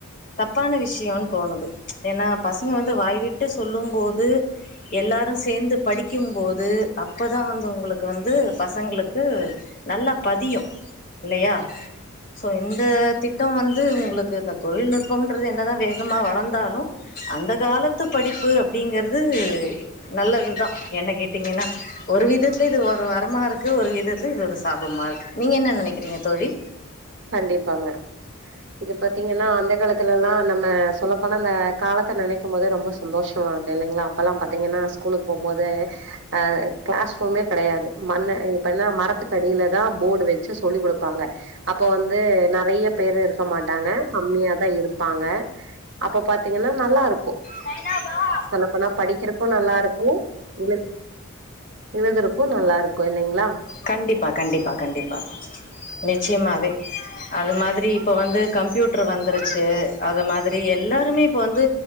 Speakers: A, on the left; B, on the right.
A: தப்பான விஷயோன் தோணுது ஏன்னா பசங்க வந்து வாய்விட்டு சொல்லும் போது எல்லாரூ சேர்ந்து படிக்கும்போது அப்ப தா வந்து உங்களுக்கு வந்து பசங்களுக்கு நல்லா பதியூ இல்லயா ஸோ இந்த திட்டம் வந்து உங்களுக்கு இந்த தொழில்நுட்பம்ன்றது என்னதா வேகமாக வளர்ந்தாலூ அந்த காலத்து படிப்பு அப்படிங்கறது நல்லதுதா என்ன கேட்டீங்கன்னா ஒரு விதத்துல இது ஒரு வரமா இருக்கு ஒரு விதத்துல இது ஒரு சாபமா இருக்கு நீங்க என்ன நினைக்கறீங்க தோழி
B: கண்டிப்பாங்க இது பார்த்தீங்கன்னா அந்த காலத்துலல்லா நம்ம சொல்லப்போனா நா காலத்தெ நெனைக்கூ போதே ரொம்ப சந்தோஷமாருக்கூ இல்லைங்களா அப்பெல்லா பாத்தீங்கன்னா ஸ்கூலுக்கு போவூம்போதெ அ கிளாஸ் ரூமே கிடையாது மண்ணெ இப்பன்னா மரத்துக்கடியிலதா போர்டு வெச்சி சொல்லி கொடுப்பாங்க அப்ப வந்து நெறயா பேர் இருக்க மாட்டாங்க கம்மியா தா இருப்பாங்க அப்ப பாத்தீங்கன்னா நல்லா இருக்கூ
A: நைனா வா
B: சொல்லப்போனா படிக்கிறக்கூ நல்லா இருக்கூ ஊவெத் எழுதறக்கூ நல்லா இருக்கூ இல்லிங்ளா
A: கண்டிப்பா கண்டிப்பா கண்டிப்பா நிச்சயமாவே அது மாதிரி இப்ப வந்து கம்ப்யூட்ரு வந்துருச்சு அது மாதிரி எல்லாருமே இப்ப வந்து